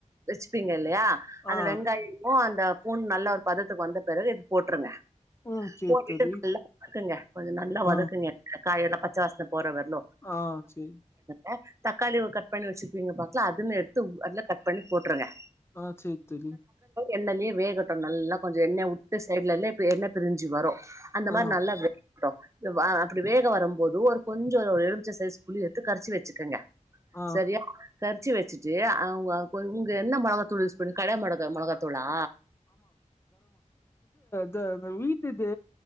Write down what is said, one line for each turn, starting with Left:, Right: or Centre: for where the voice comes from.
Right: வச்சுப்பீங்க இலையா அந்த
Left: ஆ
Right: வெங்காயமும் அந்த த பூண் நல்லா ஒரு பதத்துக்கு வந்த பிறகு எடுத் போட்ருங்க
Left: ம் சேரி
Right: போட்டுட்டு
Left: தோழி
Right: நல்லா வதக்குங்க கொஞ்சம் நல்லா வதக்குங்க
Left: ஆ
Right: <unintelligible> காயெல்லா பச்ச வாசன போறவர்லு
Left: ஆ செரி
Right: ஆ தக்காளி <unintelligible> கட் பண்ணி வச்சிருப்பீங்க பாரு ல்ல அதுமே எடுத்து அதுல கட் பண்ணி போட்ருங்க
Left: ஆ சேர் தோழி
Right: எண்ணலே வேகட்டு நல்லா கொஞ்ச எண்ணெய வுட்டு ஸ் சைடலல்லே இப்ப எண்ணெ பிரிஞ்சு வரும் அந்த
Left: ஆ
Right: மாரி நல்ல <unintelligible> வா அப்டி வேக வரும்போது ஒரு கொஞ்ச ஒரு எலும் ன்ன சைஸ் புளி எடுத்து கரைச்சி வச்சுக்கங்க
Left: ஆ
Right: சரியா கறச்சி வச்சிட்டு அவங்க கொங்க என்ன மொளகாத்தூள் யூஸ் பண்ணி கட மிளக மொளகா தூளா
Left: த அத வீட் டுது